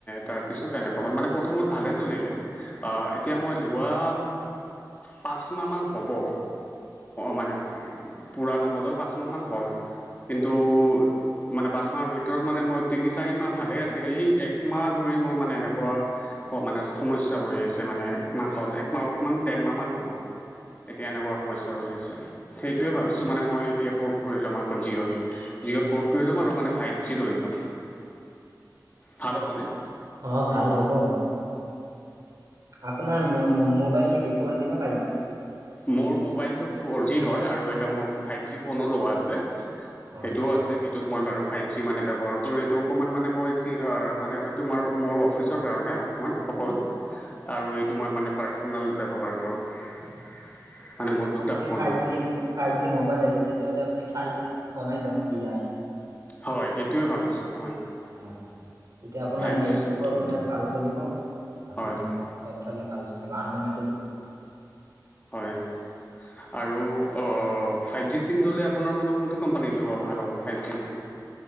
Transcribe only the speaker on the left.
তাৰ পিছত এনেকুৱা হ'ল মানে প্ৰথমত ভালে চলিলে অহ এতিয়া মই লোৱা, পাঁচ মাহমান হ'ব। মানে পূৰা নহ'লেও পাঁচমাহান হ'ল। কিন্তু মানে পাঁচ মাহৰ ভিতৰত মানে মই তিনি চাৰি মাহ, ভালে আছিলে এই একমাহ ধৰি মই মানে এনেকুৱা মানে সমস্যা হৈ আছে মানে একমাহ। হ'ল একমাহ অকণমান ডেৰমাহমান হ'ব এতিয়া এনেকুৱা সমস্যা হৈ আছে। সেইটোয়ে
ভাবিছো মানে মই। তেতিয়া প'ৰ্ট কৰি ল'ম আকৌ জিঅ'ত জিঅ'ত প'ৰ্ট কৰি ল'ম আৰু মানে ফাইভ জি লৈ ল'ম। ভাল হ'বনে
মোৰ মোবাইলটো ফ'ৰ জি হয় আৰু এটা মোৰ ফাইভ জি ফোনো লোৱা আছে। সেইটোও
আছে সেইটো, ত' মই বাৰু ফাইভ জি মানে ব্যৱহাৰ কৰোঁ এইটো অকণমান মানে মই মানে এইটো ম মোৰ অফিচৰ কাৰণে অকমান অকল আৰু
এইটো মই মানে পাৰ্চনেল ব্যৱহাৰ কৰোঁ। মানে মোৰ
দুটা
ফোন
হয়
হয়, সেইটোৱে ভাবিছো মই।
ফাইভ
জি চিমটো
হয়
হয় আৰু। অঁ, ফাইভ জি চিম ল'লে আপোনাৰ মতে কোনটো কোম্পানীত লোৱা ভাল হ'ব five G SIM.